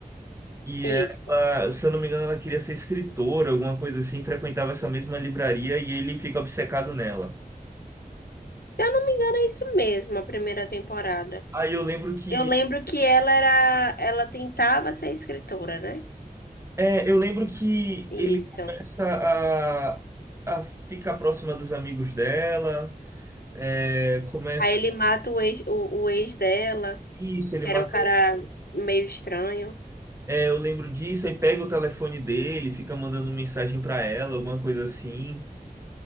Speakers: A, on the right; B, on the left.
A: E
B: Isso.
A: ela, se eu não me engano, ela queria ser escritora, alguma coisa assim, frequentava essa mesma livraria e ele fica obcecado nela.
B: Se eu não me engano, é isso mesmo, a primeira temporada.
A: Aí eu lembro que
B: Eu lembro que ela era, ela tentava ser escritora, né?
A: É, eu lembro que
B: Isso.
A: ele começa a, a ficar próxima dos amigos dela, é, começa
B: Aí ele mata o ex, o, o ex dela,
A: isso, ele
B: que
A: mata.
B: era um cara meio estranho.
A: é, eu lembro disso, aí pega o telefone dele, fica mandando mensagem pra ela, alguma coisa assim.